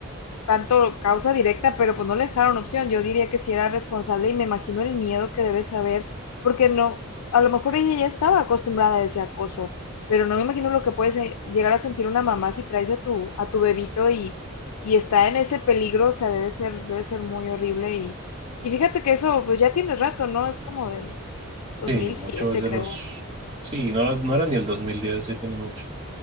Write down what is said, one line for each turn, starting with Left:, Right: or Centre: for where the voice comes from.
Left: tanto causa directa, pero pues no le dejaron opción. Yo diría que si era responsable y me imagino el miedo que debe saber, porque no, a lo mejor ella ya estaba acostumbrada a ese acoso, pero no me imagino lo que puede se- llegar a sentir una mamá si traes a tu, a tu bebito y, y está en ese peligro, o sea, debe ser, debe ser muy horrible y, y fíjate que eso pues ya tiene rato, ¿no? Es como del dos
Right: Sí,
Left: mil
Right: mucho
Left: siete
Right: es de
Left: creo.
Right: los... Sí, no era, no era ni el dos mil diez sí tiene mucho.